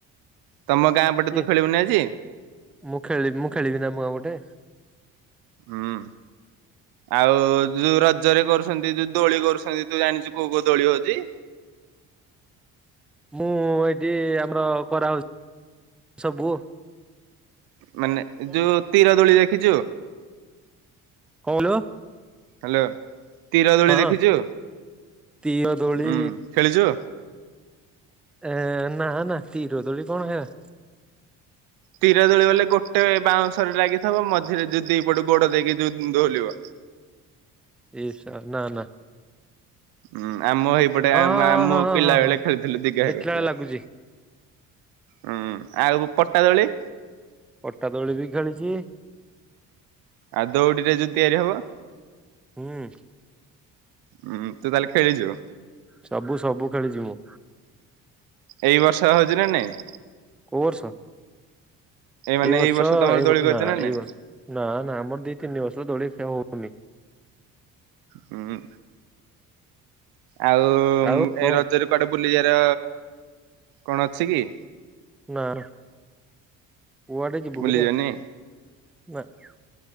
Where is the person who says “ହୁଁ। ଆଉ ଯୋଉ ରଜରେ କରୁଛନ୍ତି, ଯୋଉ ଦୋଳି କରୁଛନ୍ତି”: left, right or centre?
Right